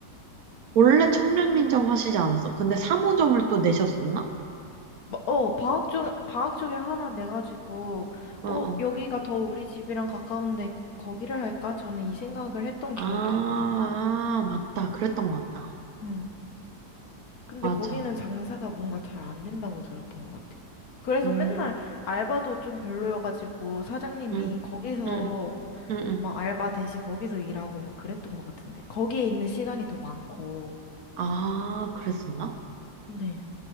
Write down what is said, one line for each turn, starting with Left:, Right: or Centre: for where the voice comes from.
Right: 원래 청량리점 하시지 않았어? 근데 3호점을 또 내셨었나?
Left: 마- 어, 방학 쪽, 방학 쪽에 하나 내가지고,
Right: 어,
Left: 어,
Right: 어.
Left: 여기가 더 우리 집이랑 가까운데 거- 거기를 할까? 저는 이 생각을 했던
Right: 아,
Left: 기억이 있거든요.
Right: 아, 맞다. 그랬던 것 같다.
Left: 응. 근데
Right: 맞아.
Left: 거기는 장사가 뭔가 잘 안 된다고 들었던 것 같아요. 그래서
Right: 음,
Left: 맨날 알바도 좀 별로여가지고 사장님이
Right: 음,
Left: 거기서
Right: 음, 음, 음.
Left: 막 알바 대신 거기서 일하고 막 그랬던 것 같은데. 거기에 있는 시간이 더 많고.
Right: 아, 그랬었나?
Left: 네.